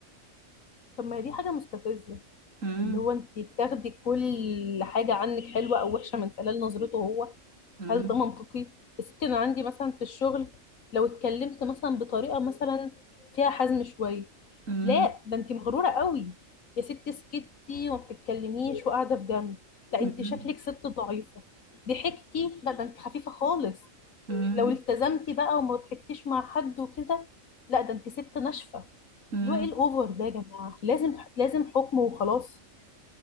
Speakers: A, on the left (about 85°); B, on the right (about 75°).
A: طب ما هي دي حاجه مستفزه
B: مم،
A: اللي هو انتي بتاخدي كل حاجه عنك حلوه او وحشه من خلال نظرته هو
B: مم،
A: هل ده منطقي يا ستي انا عندي مثلا في الشغل لو اتكلمت مثلا بطريقه مثلا فيها حزم شويه
B: مم،
A: لا ده انت مغروره قوي يا ستي سكتي وما بتتكلميش وقاعده في جنب لا
B: مم،
A: انت شكلك ست ضعيفه ضحكتي لا ده انت خفيفه خالص
B: مم،
A: لو التزمتي بقى وما ضحكتيش مع حد وكده لا ده انت ست ناشفه
B: مم.
A: اللي هو ايه الاوفر ده يا جماعه لازم لازم حكم وخلاص